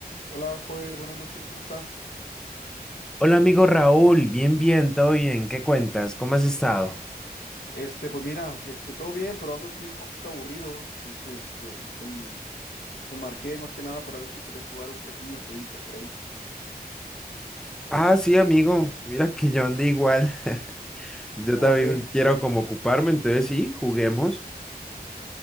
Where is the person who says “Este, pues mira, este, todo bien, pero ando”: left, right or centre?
Left